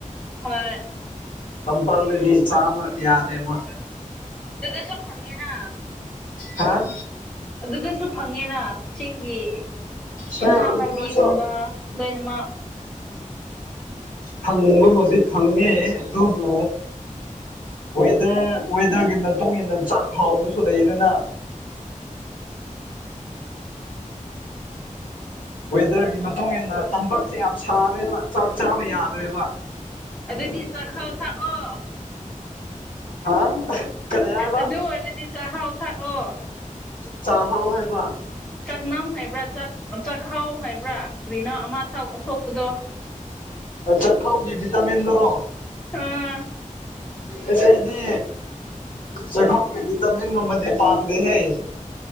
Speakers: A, on the left; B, on the left.
A: ꯍꯣꯏ
B: ꯇꯝꯄꯥꯛꯇꯗꯤ ꯆꯥꯕ ꯌꯥꯗꯦꯕ
A: ꯑꯗꯨꯗꯁꯨ ꯐꯪꯉꯦꯅ
B: ꯍꯥꯥ
A: ꯑꯗꯨꯗꯁꯨ ꯐꯪꯉꯦꯅ ꯆꯤꯡꯒꯤ
B: ꯍꯣꯏ
A: ꯏꯟꯁꯥꯡ
B: ꯑꯗꯨꯗꯨꯁꯨ
A: ꯅꯥꯄꯤꯒꯨꯝꯕ ꯂꯣꯏꯅꯃꯛ
B: ꯐꯪꯕꯕꯨꯗꯤ ꯐꯪꯉꯦ ꯑꯗꯨꯕꯨ ꯋꯦꯗꯔ ꯋꯦꯗꯔꯒꯤ ꯃꯇꯨꯡ ꯏꯟꯅ ꯆꯥꯛ ꯍꯥꯎꯕꯁꯨ ꯂꯩꯗꯅ <inaudible> ꯋꯦꯗꯔꯒꯤ ꯃꯇꯨꯡ ꯏꯟꯅ ꯇꯝꯄꯥꯛꯁꯦ ꯌꯥꯝ ꯁꯥꯔꯦꯅ ꯆꯥꯛ ꯆꯥꯕ ꯌꯥꯗ꯭ꯔꯦꯕ
A: ꯑꯗꯨꯗꯤ ꯆꯥꯛꯍꯥꯎ ꯊꯥꯛꯑꯣ
B: ꯍꯥ ꯀꯔꯤ ꯍꯥꯏꯕ
A: ꯑꯗꯨ ꯑꯣꯏꯔꯗꯤ ꯆꯥꯛꯍꯥꯎ ꯊꯥꯛꯑꯣ
B: ꯆꯥꯍꯥꯎ ꯍꯥꯏꯕ
A: ꯆꯥꯛꯅꯝ ꯍꯥꯏꯕ꯭ꯔꯥꯥꯛ ꯆꯥꯛꯍꯥꯎ ꯍꯥꯏꯕ꯭ꯔꯥ ꯀꯔꯤꯅ ꯑꯃ ꯊꯧ ꯊꯣꯛꯄꯗꯣ
B: ꯆꯈꯥꯎꯒꯤ ꯚꯤꯇꯥꯃꯤꯟꯗꯨꯔꯣ
A: ꯑꯥ
B: ꯑꯁ ꯑꯩꯗꯤ ꯆꯥꯍꯥꯎꯒꯤ ꯚꯤꯇꯃꯤꯟ ꯒꯨꯝꯕꯗꯤ ꯄꯥꯝꯗꯦꯍꯦ